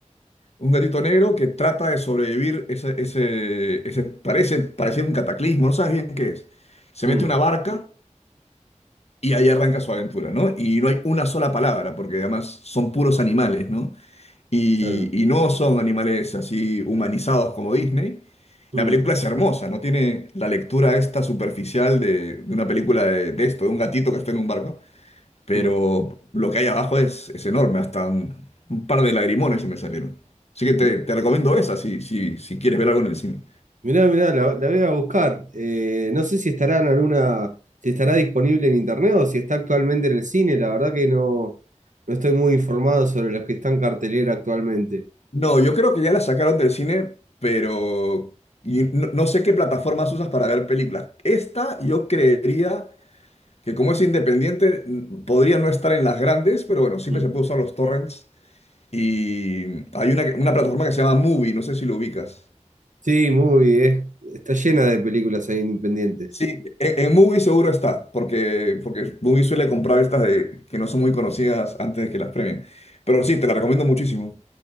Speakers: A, on the left (about 60°); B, on the right (about 85°).
A: Un gatito negro que trata de sobrevivir ese, ese, ese- parece, parece un cataclismo, no sabes bien qué es. Se
B: mm,
A: mete una barca y ahí arranca su aventura, ¿no? Y no hay una sola palabra, porque además son puros animales, ¿no? Y,
B: claro.
A: y no son animales así humanizados como Disney.
B: Mm,
A: La película es hermosa, no tiene la lectura esta superficial de, de una película de, de esto, de un gatito que está en un barco pero
B: mm.
A: lo que hay abajo es, es enorme, hasta un, un par de lagrimones se me salieron. Así que te,
B: Mi-
A: te recomiendo esa si, si, si quieres ver algo en el cine.
B: Mirá, mirá, la, la voy a buscar. Eh, no sé si estará en alguna, si estará disponible en internet o si está actualmente en el cine. La verdad que no, no estoy muy informado sobre los que están en cartelera actualmente.
A: No, yo creo que ya la sacaron del cine, pero y no, no sé qué plataformas usas para ver películas. Esta yo creería que como es independiente, n- podría no estar en las grandes, pero bueno, siempre
B: Mm.
A: se puede usar los torrents. Y hay una, una plataforma que se llama Movie, no sé si lo ubicas.
B: Sí, muy, es- está llena de películas ahí independientes.
A: Sí, en, en Mubi seguro está, porque, porque Mubi suele comprar estas de, que no son muy conocidas antes de que las premien. Pero sí, te la recomiendo muchísimo.